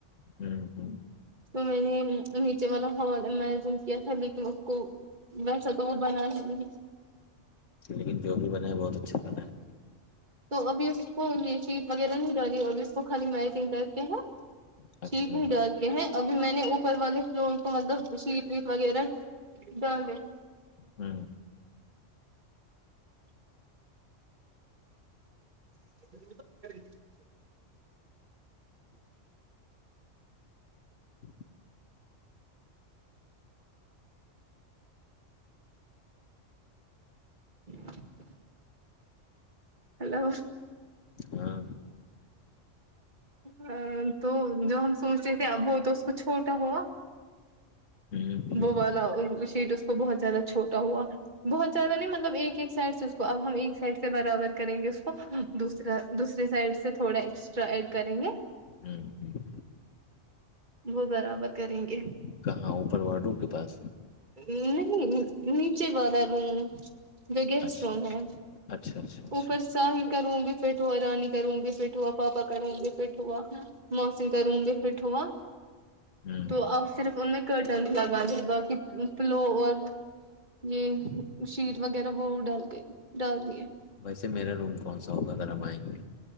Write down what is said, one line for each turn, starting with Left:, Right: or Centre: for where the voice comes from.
Left: ہوں ہوں
Right: تو میں نے نیچے بلا ہ امیجن کیا تھا لیکن اس کو ویسا تو وہ بنا ہی ج
Left: لیکن جو بھی بنا ہے بہت اچھا بنا ہے
Right: تو ابھی اس کو یہ شیٹ وغیرہ نہیں ڈالی ابھی اس کو خالی میچنگ کر کے ہے
Left: ہے اچھا
Right: ش بھی ڈر ہیں ابھی میں نے اوپر والے فلور کو مطلب شیٹ ویٹ وغیرہ ڈالے
Left: ہوں
Right: <unintelligible>
Left: ج
Right: ج ہلو
Left: ہاں
Right: ہاں تو جو ہم سوچ رہے تھے اب وہ تو اس کو چھوٹا ہوا
Left: ہوں ہوں
Right: وہ والا شیٹ اس کو بہت زیادہ چھوٹا ہوا بہت زیادہ نہیں مطلب ایک ایک سائڈ سے اس کو اب ہم ایک سائڈ سے برابر کریں گے اس کو دوسرا دوسرے سائڈ سے تھوڑا ایکسٹرا ایڈ کریں گے
Left: ہوں ہ
Right: وہ برابر کریں گے
Left: کہاں اوپر واڈو کے پاس
Right: نہیں نیچے والا روم بگیسٹ
Left: اچھا
Right: روم
Left: اچھا
Right: ہے
Left: اچھا اچھا اچھا
Right: اوپر ساحل کا روم بھی فٹ ہوا رانی کا روم بھی فٹ ہوا پاپا کا روم بھی فٹ ہوا موسم کا روم بھی فٹ ہوا
Left: ہاں
Right: تو اب صرف ان میں کرٹنس لگا لے باق پلو اور یہ شیٹ وغیرہ وہ ڈال گئے ڈال دیے
Left: ویسے میرا روم کون سا ہوگا اگر ہم آئیں گے